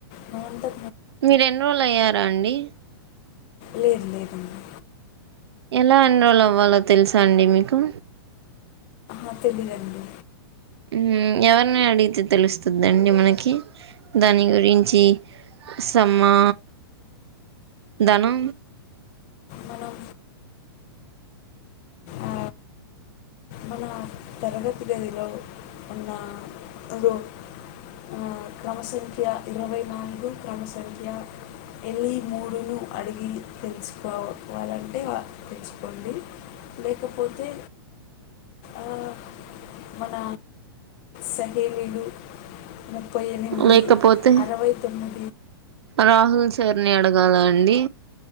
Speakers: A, on the left; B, on the right.
A: నువంతా
B: మీరు ఎన్రోల్ అయ్యారా అండి
A: లేదు లేదు అండి
B: ఎలా ఎన్రోల్ అవ్వాలో తెలుసా అండి మీకు
A: ఆ తెలిదండి
B: ఉ ఎవరిని అడిగితే తెలుస్తుందండి మనకి దాని గురించి సమ్మా దను
A: మనం ఆ మన తరగతి గదిలో ఉన్న రో ఆ క్రమ సంఖ్య ఇరవై నాలుగు క్రమ సంఖ్య ఎల్లి మూడును అడిగి తెలుసుకోవాలంటే వాళ్ళు తెలుసుకోండి లేకపోతే ఆ మన సగేలీలు ముప్పై ఎనిమిది
B: లేకపోతే
A: అరవై తొమ్మి
B: రాహుల్ సార్ని అడగాల అండి